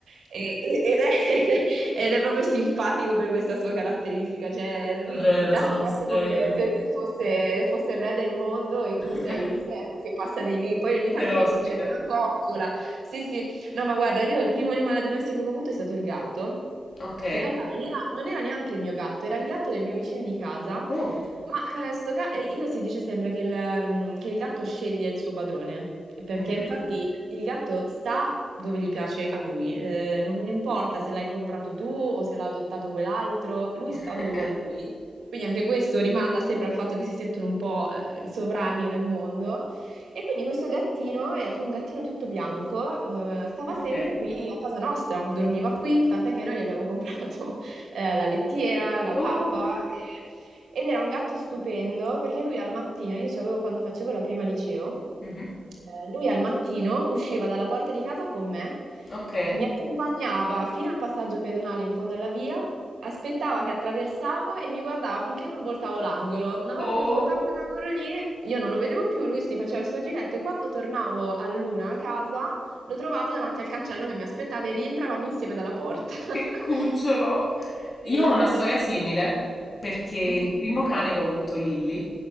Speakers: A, on the right; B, on the left.
A: e- e- ed è, <laughs> ed è proprio simpatico per questa sua caratteristica, cioè lui
B: è vero,
A: ti tratta
B: sono queste
A: proprio come se lui fosse, fosse il re del mondo e
B: queste
A: tu sei il servo che passa di lì, poi ogni tanto
B: <laughs> l'ospite.
A: ti concede una coccola, sì sì, No, ma guarda, io il primo animale domestico che ho avuto è stato il gatto,
B: Ok.
A: che in realtà non era, non era neanche il mio gatto, era il gatto del mio vicino di casa,
B: Oh.
A: ma eh, sto ga- e io si dice sempre che il, mm, che il gatto sceglie il suo padrone, perché
B: Mhm.
A: infatti il gatto sta dove gli piace a lui, eh, non importa se l'hai comprato tu o se l'ha adottato quell'altro, lui
B: <laughs>
A: sta dove vuole lui. Quindi anche questo rimanda sempre al fatto che si sentono un po', eh, i sovrani del mondo. E quindi questo gattino, era un gattino tutto bianco, eh, stava
B: Ok.
A: sempre qui a casa nostra, dormiva qui, tant'è che noi gli abbiamo comprato <laughs> eh, la lettiera, la
B: Oh.
A: pappa, e ed era un gatto stupendo perché lui al mattino, io ce l'avevo quando facevo la prima liceo,
B: Mhm.
A: eh, lui al mattino usciva dalla porta di casa con me,
B: Ok.
A: eh, mi accompagnava fino al passaggio pedonale in fondo alla via, aspettava che attraversavo e mi guardava finché non voltavo l'angolo. Una volta
B: Oh,
A: che svoltavo quell'angolo lì, io non lo vedevo più, lui si faceva il suo giretto e quando tornavo a luna a casa lo trovavo davanti al cancello che mi aspettava e rientravamo insieme dalla porta. <laughs>
B: che cucciolo.
A: Sì,
B: Io ho
A: è stato
B: una storia
A: è
B: simile
A: bellissimo.
B: perché il
A: Mhm.
B: primo cane che ho avuto, Lilly,